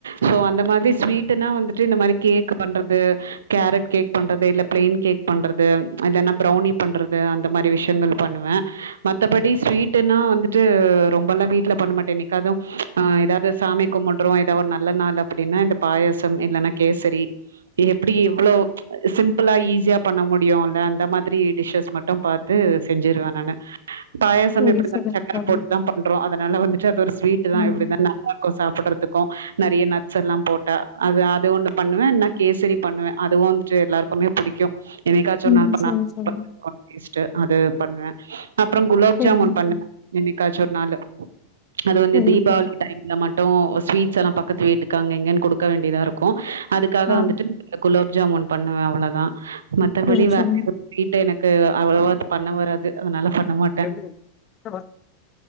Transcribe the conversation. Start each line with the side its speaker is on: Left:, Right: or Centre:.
Right: சோ அந்த மாதிரி ஸ்வீடனா வந்துட்டு இந்த மாதிரி கேக் பண்றது கேரட் கேக் பண்றது இல்ல பிளைன் கேக் பண்றது இல்லன்னா ப்ரவ்னி பண்றது அந்த மாரி விஷயங்கள் பண்ணுவே மத்தபடி ஸ்வீட்டுன்னா வந்துட்டு ரொம்ப எல்லா வீட்டுல பண்ண மாட்டே என்னைக்காது ஆ ஏதாவது சாமி கும்ப்டறோ ஏதாவது ஒரு நல்ல நாள் அப்டின்னா இந்த பாயசம் இல்லன்னா கேசரி எப்டி இவ்ளோ சிம்பிளா ஈஸியா பண்ண முடியுல அந்த மாரி டிசஸ் மட்டும் பாத்து செஞ்சிருவே நானு பாயாஷம்
Left: சரி
Right: எப்டி இருந்தாலு
Left: சரி
Right: சக்கரை
Left: தோழி
Right: போட்டுதா பண்றோ அதனால வந்துட்டு அது ஒரு ஸ்விட்டு தா
Left: ம்
Right: எப்டி தான ருக்கோ சாப்ட்றதுக்கோ நறைய நட்ஸ் எல்லா போட்டா அது அது ஒண்ணு பண்ணுவே என்னா கேசரி பண்ணுவே அதுவு வந்துட்டு எல்லாருக் குமே புடிக்கோ என்னைக்காச்சு ஒரு
Left: ம்
Right: நாள் பன்
Left: சரி சரி
Right: கோ டேஸ்ட்டு அது பண்ணுவே அப்புறோ குலாப்
Left: சரிங்க
Right: ஜாமுன் பண்ணுவே
Left: தோழி
Right: என்னைக்காச்சு ஒரு நாளு அது வந்து
Left: சரி
Right: தீபாவளி
Left: சரி
Right: டைம்ல மட்டு ஸ்வீட்ஸ் எல்லா பக்கத்து வீட்டுக்காங்க அங்க இங்கன்னு குடுக்க வேண்டியதா இருக் கு அதுக்காக
Left: ஆ
Right: வந்துட்டு குலாப் ஜாமுன் பண்ணுவே அவ்ளோதா மத்தபடி
Left: சரி சரிங்க
Right: வேற எதுவு ஸ்வீட்டு எனக்கு அவ்ளவா பண்ண வராது அதனால பண்ண மாட்ட
Left: <unintelligible>